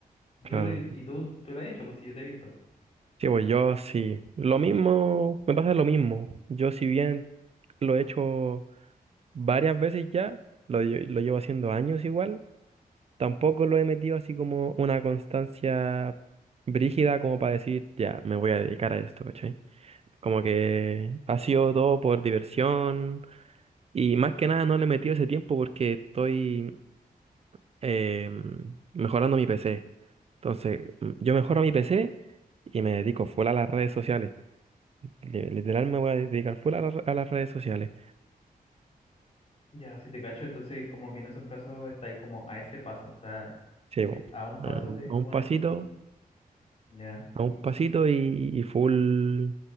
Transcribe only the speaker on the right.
Claro.
Sí, pues yo sí. Lo mismo, me pasa lo mismo. Yo si bien lo he hecho varias veces ya, lo, lle- lo llevo haciendo años igual. Tampoco lo he metido así como una constancia brígida como para decir, ya, me voy a dedicar a esto, ¿cachai? Como que ha sido todo por diversión y más que nada no le he metido ese tiempo porque estoy em, mejorando mi PC. Entonces, mm, yo mejoro mi PC y me dedico full a las redes sociales. Li- Literal me voy a dedicar full a, la- a las redes sociales.
Sí, bo,
a un
a
un pasito.
a
un pasito y, y full.